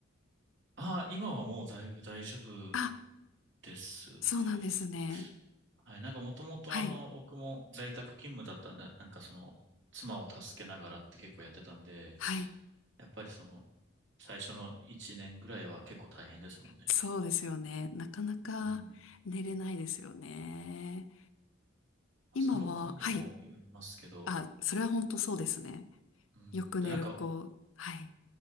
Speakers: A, on the right; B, on the left.
A: ああ、今はもうだいぶ大丈夫
B: あ、
A: ですね。
B: そうなんですね。
A: はい。なんかもともとあの、
B: はい。
A: 僕も在宅勤務だったんで、なんかその、妻を助けながらって結構やってたんで、
B: はい。
A: やっぱりその、最初の1年ぐらいは結構大変ですもんね。
B: そうですよね。なかなか寝れないですよね。
A: うん。
B: 今は、
A: その子にもよりますけど、
B: はい。あ、それは本当そうですね。
A: うん。
B: よく寝る子。
A: で、なんか、
B: はい。